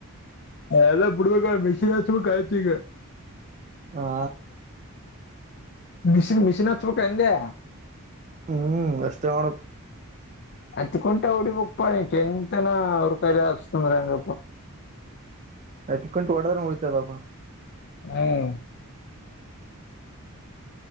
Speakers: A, on the left; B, on the right.
A: ಎಲ್ಲ ಬಿಡ್ಬೇಕ ಮೆಷನ್ ಹಸ್ಬೇಕ ಆಯತಿ ಈಗ
B: ಹಾ
A: ಮಷನ್ ಮಷಿನ ಚೂಟ್ ಅಂದೆ
B: ಹ್ಮ್ ಅಷ್ಟೇ ಮಾಡ
A: ಹತ್ತು ಕುಂಟೆ ಹೊಓಡಿ ಬುಕ್ ಪಣಿ ಎಂತನ ಅವ್ರ ಕಲೆ ಹಚ್ತಂದ್ರಂಗಪ್ಪ
B: ಐತ್ ಕುಂಟು ಒಡದ್ರೆ ಮುಡಿತದಪ್ಪ
A: ಹ್ಮ್